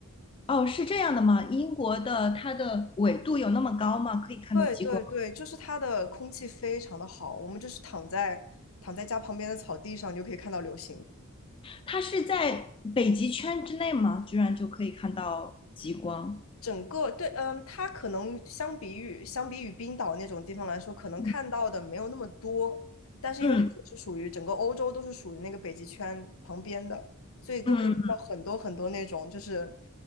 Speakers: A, on the left; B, on the left.
A: 哦，是这样的吗？英国的它的纬度有那么高吗？可以看到极光？
B: 对对对，就是它的空气非常的好，我们就是躺在躺在家旁边的草地上，你就可以看到流星。
A: 它是在北极圈之内吗？居然就可以看到极光？
B: 整个对，嗯，它可能相比于相比于冰岛那种地方来说，可能看到的没有那么多，
A: 嗯
B: 但是因为它也是属于整个欧洲都是属于那个北极圈旁边的，
A: 嗯。
B: 所以都可以看到很多很多那种就是
A: 嗯